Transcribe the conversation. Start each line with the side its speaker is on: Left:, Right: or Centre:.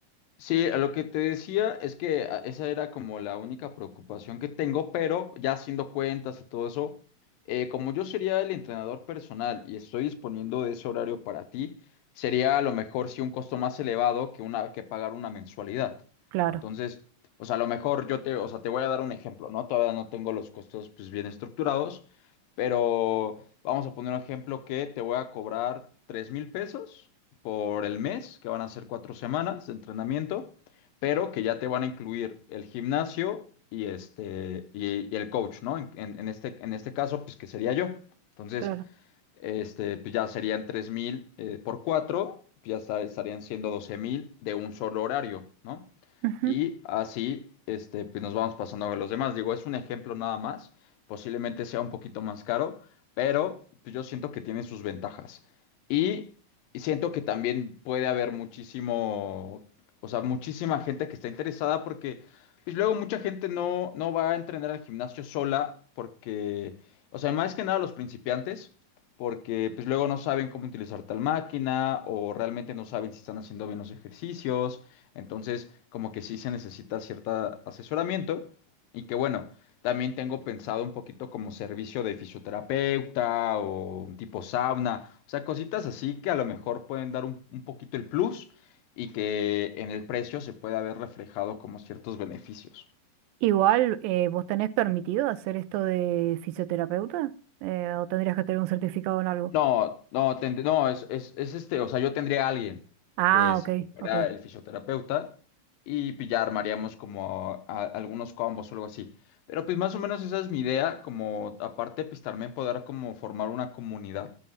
Left: Sí, a lo que te decía es que a- esa era como la única preocupación que tengo, pero ya haciendo cuentas y todo eso, eh, como yo sería el entrenador personal y estoy disponiendo de ese horario para ti, sería a lo mejor sí un costo más elevado que una que pagar una mensualidad.
Right: Claro,
Left: Entonces, o sea, a lo mejor yo te, o sea, te voy a dar un ejemplo, ¿no? Todavía no tengo los costos pues bien estructurados, pero vamos a poner un ejemplo que te voy a cobrar tres mil pesos por el mes, que van a ser cuatro semanas de entrenamiento, pero que ya te van a incluir el gimnasio y este y, y el coach, ¿no? En, en- en este, en este caso, pues que sería yo. Entonces,
Right: claro.
Left: este, pues ya serían 3.000 eh, por 4 pues ya esta- estarían siendo 12.000 de un solo horario, ¿no?
Right: Ujú.
Left: Y así, este, pues nos vamos pasando a los demás. Digo, es un ejemplo nada más, posiblemente sea un poquito más caro, pero pues, yo siento que tiene sus ventajas. Y y siento que también puede haber muchísimo, o sea, muchísima gente que está interesada porque, pues luego mucha gente no, no va a entrenar al gimnasio sola porque, o sea, más que nada los principiantes porque pues luego no saben cómo utilizar tal máquina o realmente no saben si están haciendo bien los ejercicios. Entonces, como que sí se necesita cierto asesoramiento y que bueno, también tengo pensado un poquito como servicio de fisioterapeuta o un tipo sauna, o sea, cositas así que a lo mejor pueden dar un, un poquito el plus y que en el precio se pueda ver reflejado como ciertos beneficios.
Right: Igual, eh, ¿vos tenés permitido hacer esto de fisioterapeuta? Eh, ¿o tendrías que tener un certificado en algo?
Left: No, no, tend- no, es, es, es este, o sea, yo tendría a alguien
Right: Ah,
Left: que, es,
Right: ok,
Left: que fuera
Right: ok.
Left: el fisioterapeuta y pillar, ya armaríamos como a- algunos combos o algo así. Pero pues más o menos esa es mi idea, como aparte pues también poder como formar una comunidad.